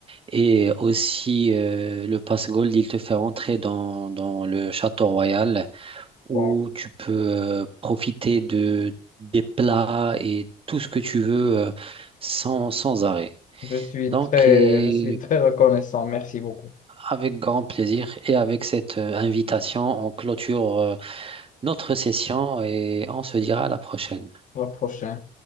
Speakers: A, on the right; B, on the left.
A: Et aussi euh, le pass gold, il te fait rentrer dans dans le château royal. où
B: bon,
A: tu peux euh, profiter de, des plats et tout ce que tu veux euh, sans, sans arrêt.
B: je suis
A: Donc,
B: très,
A: et
B: je suis très reconnaissant. Merci beaucoup.
A: avec grand plaisir et avec cette euh, invitation, on clôture euh, notre session et on se dira à la prochaine.
B: À la prochaine.